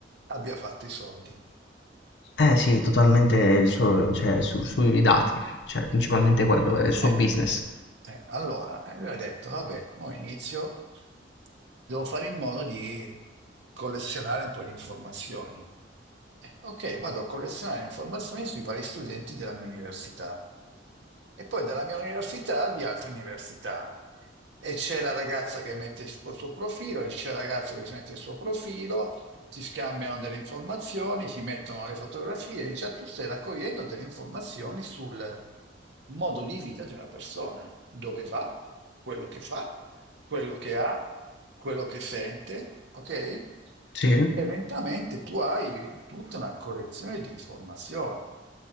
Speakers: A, on the right; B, on the left.
A: abbia fatto i soldi?
B: Eh sì, totalmente il suo- cioè, su- sui dati, cioè principalmente quello, è il suo
A: Eh,
B: business,
A: eh, allora, eh, lui ha detto, vabbè, mo inizio, devo fare in modo di collezionare un po' di informazioni. Eh, ok, vado a collezionare informazioni sui vari studenti della mia università e poi dalla mia università di altre università. E c'è la ragazza che mette il suo suo profilo, e c'è il ragazzo che si mette il suo profilo, si scambiano delle informazioni, si mettono le fotografie, e già tu stai raccogliendo delle informazioni sul modo di vita di una persona, dove va, quello che fa, quello che ha, quello che sente, ok?
B: Sì.
A: E lentamente tu hai tutta una collezione di informazioni.